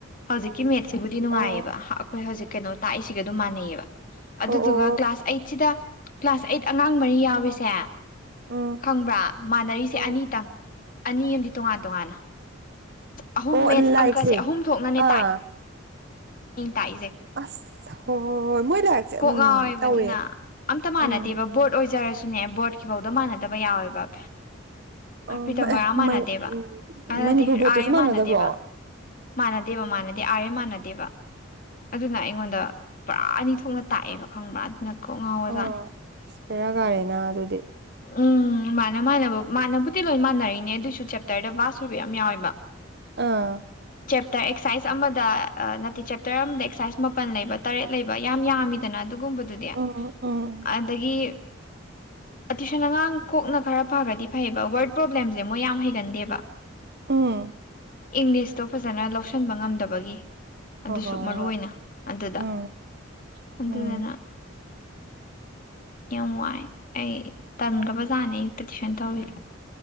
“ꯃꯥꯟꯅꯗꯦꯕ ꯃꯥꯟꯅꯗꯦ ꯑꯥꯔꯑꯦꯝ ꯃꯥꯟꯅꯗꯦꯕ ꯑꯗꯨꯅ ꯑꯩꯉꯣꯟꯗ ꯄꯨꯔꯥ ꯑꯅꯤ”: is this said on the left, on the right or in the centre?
Left